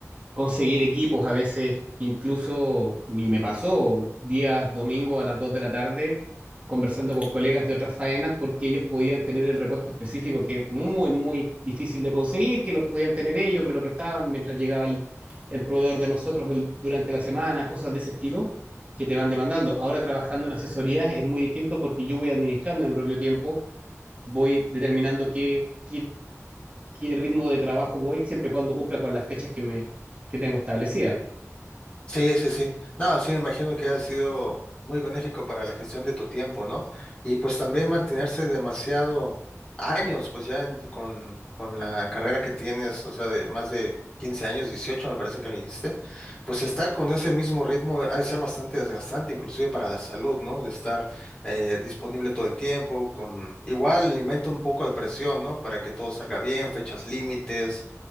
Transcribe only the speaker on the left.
Sí, sí, sí. No, sí, me imagino que ha sido muy benéfico para la gestión de tu tiempo, ¿no? Y pues también mantenerse demasiado años, pues ya en- con, con la carrera que tienes, o sea, de más de 15 años, 18, me parece que me dijiste, pues estar con ese mismo ritmo ha de ser bastante desgastante, inclusive para la salud, ¿no? De estar eh, disponible todo el tiempo, con igual inventa un poco de presión, ¿no? Para que todo salga bien, fechas límites,